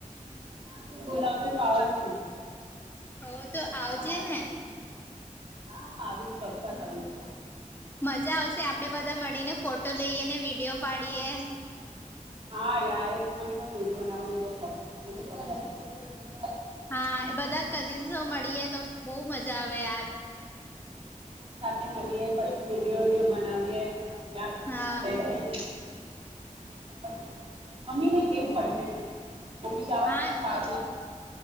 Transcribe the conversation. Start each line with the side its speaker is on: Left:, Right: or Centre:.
Right: હા તું બોલાવશે તો આવાની ને
Left: હોવ તો આવજે
Right: હા
Left: ને.
Right: હા આવીશ ચોક્કસ આવીશ.
Left: મજા આવશે આપડે બધા મળીને ફોટો લઈએ ને વિડીયો પાડીએ.
Right: હા યાર એતો મને પણ વિડીયો બનાવવાનું બહુ શોખ છે તને તો ખબર છે ને
Left: હા એ બધા કઝિન્સો મળીએ તો બહુ મજા આવે યાર
Right: એ મલીએ પછી વિડીયો બીડીયો બનાવીએ. લ
Left: હા
Right: જઈ ર <unintelligible> મમ્મી ને કેવું પડશે એને મમ્મી જવા
Left: હા
Right: દે તો સારું